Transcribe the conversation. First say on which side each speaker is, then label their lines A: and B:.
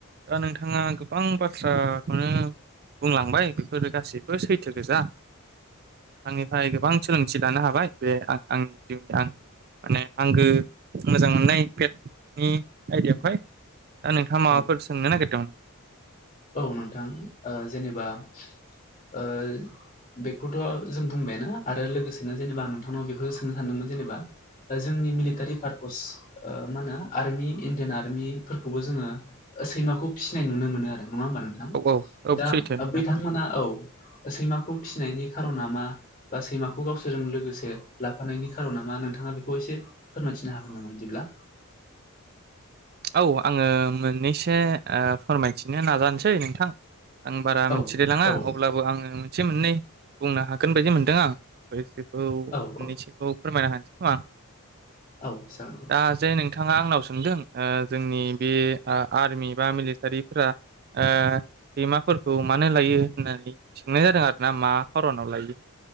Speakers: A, on the right; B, on the left.
A: दा नोंथाङा गोबां बाथ्रा खौनो बुंलांबाय बेफोरो गासैबो सैथो गोजा थांनिफाय गोबां सोलोंथि दानो हाबाय बे आं आंनि जिउनि आंनि माने आंगो मोजां मोननाय पेटनि आयदायावहाय दा नोंथाङा माबा
B: औ
A: <unintelligible>
B: औ नोंथां ओ जेनेबा ओ बेखौथ' जों बुंबायानो आरो लोगोसेनो जेनेबा आं नोंथांनाव बेखौसो सोंनो सानदोंमोन जेनेबा ओ जोंनि मिलिटारि पार्पस ओ मा नो आर्मि इण्डियान आर्मिफोरखौबो जोङो ओ सैमाखौ फिसिनाय नुनो मोनो आरो नङा होमबा नोंथां
A: औ औ औ
B: दा
A: सैथो नोंथां
B: बिथांमोना औ सैमाखौ फिसिनायनि खार'ना मा बा सैमाखौ गावसोरजों लोगोसे लाफानायनि खार'ना मा नोंथा ङा बेखौ एसे फोरमायथिनो हागोन नामा इदिब्ला
A: औ आङो मोननैसो ओ फोरमायथिनो नाजानोसै नोंथां आं बारा
B: औ
A: मिन्थिलायलाङा
B: औ
A: अब्लाबो आङो मोनसे मोननै बुंनो हागोन बायदि मोनदों आं <unintelligible>
B: औ
A: मोननैसोखौ
B: औ
A: फोरमायना हानसै खोमा आं
B: औ जागोन दे नोंथां।
A: दा जे नोंथाङा आंनाव सोंदों ओ जोंनि बे आ आर्मि बा मिलिटारिफोरा ओ‌ सैमाफोरखौ मानो लायो होननानै सोंनाय जादों आरोना मा खरनाव लायो